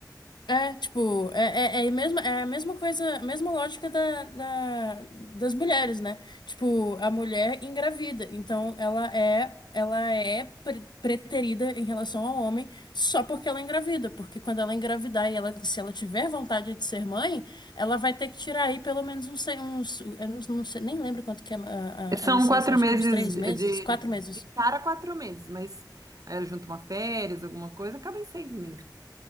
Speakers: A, on the left; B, on the right.
A: É, tipo, é, é, é, a mesma, é a mesma coisa, a mesma lógica da, da- das mulheres, né? Tipo, a mulher engravida, então ela é, ela é pre- preterida em relação ao homem só porque ela é engravida, porque quando ela engravidar e ela, se ela tiver vontade de ser mãe, ela vai ter que tirar aí pelo menos uns, sei- uns eu não, não sei, nem lembro quanto que é a,
B: São
A: a a licença,
B: quatro
A: acho
B: meses
A: que uns três
B: de,
A: meses,
B: de
A: quatro meses.
B: de cara, quatro meses, mas aí eu junto uma férias, alguma coisa, acaba em seis meses.